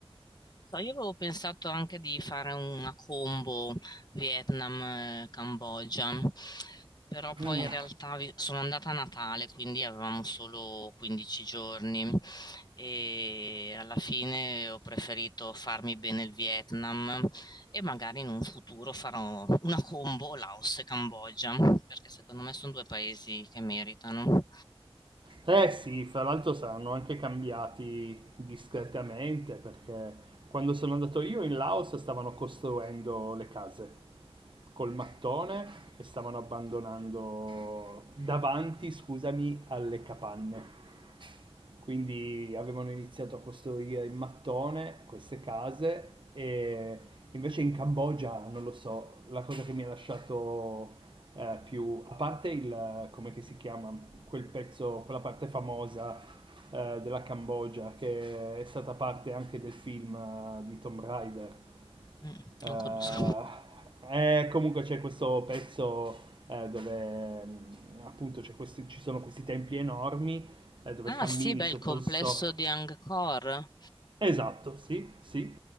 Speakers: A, on the left; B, on the right.
A: So, io avevo pensato anche di fare una combo Vietnam-Cambogia, però poi
B: Mm.
A: in realtà vi- sono andata a Natale, quindi avevamo solo 15 giorni e alla fine ho preferito farmi bene il Vietnam e magari in un futuro farò una combo Laos e Cambogia, perché secondo me sono due paesi che meritano.
B: Eh sì, fra l'altro saranno anche cambiati discretamente perché quando sono andato io in Laos stavano costruendo le case col mattone e stavano abbandonando davanti, scusami, alle capanne. Quindi avevano iniziato a costruire in mattone queste case e invece in Cambogia, non lo so, la cosa che mi ha lasciato eh, più, a parte il, come che si chiama, quel pezzo, quella parte famosa eh, della Cambogia che è stata parte anche del film eh, di Tomb Raider.
A: Mm,
B: Eh,
A: non conosco.
B: e comunque c'è questo pezzo eh, dove mm, appunto c'è questi- ci sono questi templi enormi eh, dove
A: Ah
B: cammini
A: sì, beh,
B: sotto
A: il complesso
B: il sole.
A: di Angkor.
B: Esatto, sì, sì.